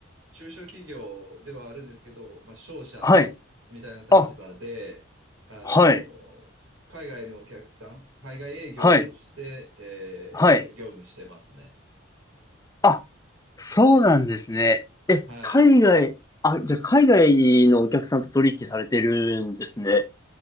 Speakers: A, on the right (about 85°); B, on the left (about 15°).
A: 中小企業ではあるんですけど、まあ、商社みたいな立場で、
B: はい、あ、
A: あの、
B: はい、
A: 海外のお客さん、海外営業として、
B: はい、
A: えー業務してますね。
B: はい。あ、そうなんですね。え、
A: はい。
B: 海外、あ、じゃあ、海外のお客さんと取引されてるんですね。